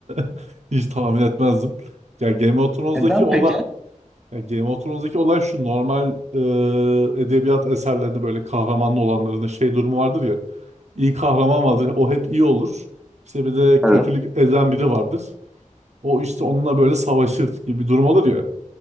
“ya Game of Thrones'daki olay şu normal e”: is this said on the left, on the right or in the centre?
Right